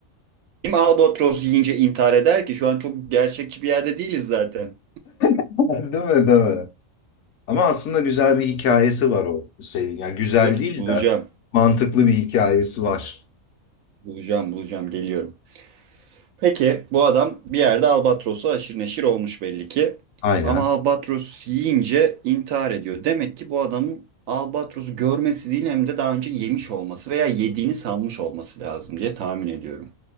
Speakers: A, on the right (about 80°); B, on the left (about 65°).
A: Kim albatros yiyince intihar eder ki? Şu an çok gerçekçi bir yerde değiliz zaten.
B: <laughs> Değil mi, değil mi? Ama aslında güzel bir hikayesi var o şeyin. Yani güzel
A: Dur
B: değil
A: bulacağım.
B: de mantıklı bir hikayesi var.
A: Bulacağım bulacağım geliyorum. Peki bu adam bir yerde albatrosu aşırı neşir olmuş belli ki.
B: Aynen.
A: Ama albatros yiyince intihar ediyor. Demek ki bu adamın albatrosu görmesi değil hem de daha önce yemiş olması veya yediğini sanmış olması lazım diye tahmin ediyorum.